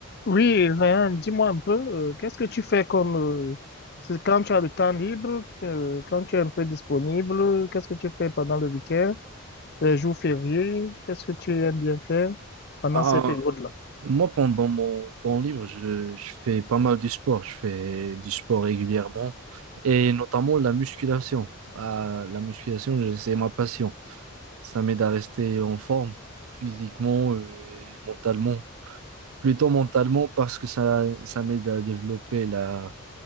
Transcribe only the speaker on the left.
Oui, Ryan, dis-moi un peu, euh, qu'est-ce que tu fais comme, euh, c'est quand tu as le temps libre, euh, quand tu es un peu disponible, qu'est-ce que tu fais pendant le week-end, les jours fériés, qu'est-ce que tu aimes bien faire pendant
ces périodes-là?